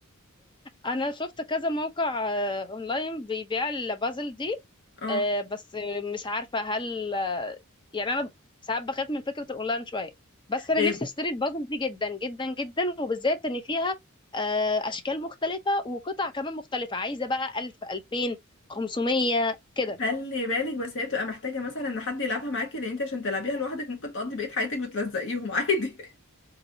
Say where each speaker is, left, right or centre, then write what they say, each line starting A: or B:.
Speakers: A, on the left (about 20°); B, on the left (about 60°).
A: انا شفت كذا موقع آه، اونلاين بيبيع البازل دي
B: اه
A: آه، بس مش عارفه هل آه، يعني انا ساعات بخاف من فكره الاونلاين شويه بس انا
B: إيه،
A: نفسي اشتري البازل دي جدا جدا جدا وبالذات ان فيها آه، اشكال مختلفه وقطع كمان مختلفه عايزه بقى 1000 2000 500 كده
B: خلي بالك بس هي بتبقى محتاجة مثلا ان حد يلعبها معاكي لان انت عشان تلعبيها لوحدك ممكن تقضي بقية حياتك بتلزقيهم عادي